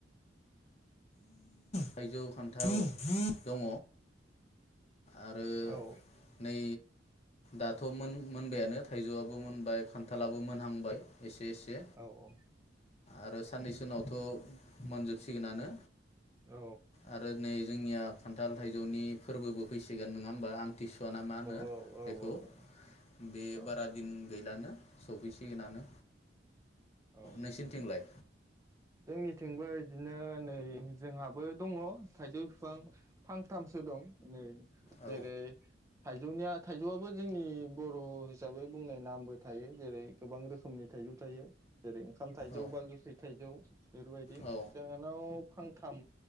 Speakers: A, on the left; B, on the right.
A: थाइजौ खान्थाल दङ आरो
B: औ
A: नै दाथ' मोन मोनबायानो थाइजौआबो मोनबाय खान्थालाबो मोनहांबाय एसे एसे
B: औ औ
A: आरो साननैसो उनावथ' मोनजोबसिगोनानो
B: औ
A: आरो नै जोंनिया खान्थाल थाइजौनि फोरबो फैसिगोन नङा होम बा आमथिसुवा ना मा होनो
B: औ औ
A: बेखौ
B: औ
A: बे
B: औ
A: बारा दिन गैलानो सफैसिगोनानो
B: औ औ
A: नोंसिनिथिंलाय
B: जोंनिथिंबो बिदिनो नै जोंहाबो दङ थाइजौ बिफां फांथामसो दं नै
A: औ
B: जेरै थाइजौनिया थाइजौआबो जोंनि बर' हिसाबै बुंनाय नामबो थायो जेरै गोबां रोखोमनि थाइजौ थायो जेरै ओंखाम थाइजौ
A: औ
B: बा गोखै थाइजौ बेफोरबायदि
A: औ
B: जोंहानाव फांथाम